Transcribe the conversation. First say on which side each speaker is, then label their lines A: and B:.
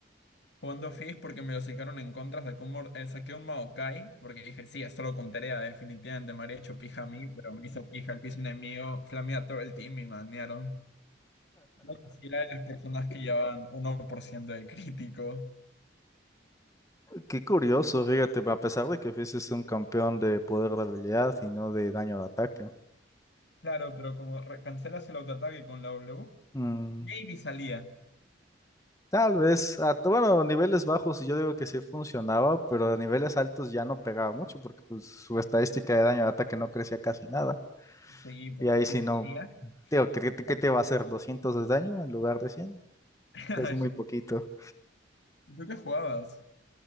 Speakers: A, on the left; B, on the left.
A: Jugando Fizz porque me lo sacaron en contra, saqué un, mor- eh, saqué un Maokai, porque dije, sí, esto lo contaría definitivamente me habría hecho pija a mí, pero me hizo pija el piso enemigo, flamea todo el team y manearon. Creo que sí era de las personas que llevaban uno por ciento de crítico.
B: Qué curioso, fíjate, a pesar de que Fizz es un campeón de poder de habilidad y no de daño de ataque.
A: Claro, pero como re- cancelas el autoataque con la W,
B: Mm,
A: maybe salía.
B: tal vez, a, bueno, a niveles bajos yo digo que sí funcionaba, pero a niveles altos ya no pegaba mucho porque pues, su estadística de daño de ataque no crecía casi nada.
A: Sí, pero
B: Y ahí
A: si
B: sí
A: salía.
B: no, digo, ¿qué, qué-
A: <laughs>
B: qué te va a hacer? doscientos de daño en lugar de cien,
A: perfecto.
B: Es muy poquito.
A: ¿Tú qué jugabas?